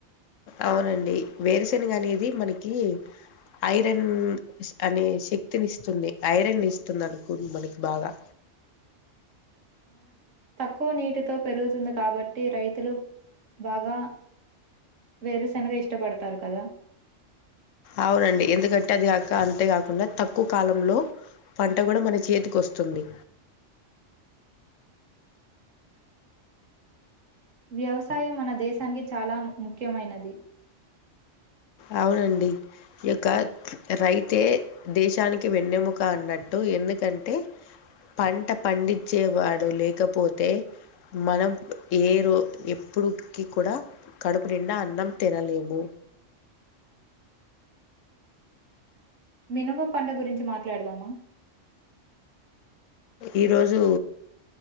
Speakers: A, on the left (about 80°); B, on the right (about 80°).
A: అవునండి వేరుశనగ అనేది మనకి ఐరన్ అనే శక్తినిస్తుంది ఐరన్ ఇస్తుంది అనుకో మనకి బాగా
B: క్కువ నీటితో పెరుగుతుంది కాబట్టి రైతులు బాగా వేరుశెనగ ఇష్టపడతారు కదా
A: అవునండి ఎందుకంటే అది అక అంతేకాకుండా తక్కువ కాలంలో పంట కూడా మన చేతికొస్తుంది
B: వ్యవసాయం మన దేశానికి చాలా ముఖ్యమైనది
A: అవునండి ఈయొక్క రైతే దేశానికి వెన్నెముక అన్నట్టు ఎందుకంటే పంట పండించ్చేవాడు లేకపోతే మనం ఏ రో ఎప్పుడుకి కూడా కడుపు నిండా అన్నం తినలేము
B: మినుము పంట గురించి మాట్లాడదామా
A: ఈరోజు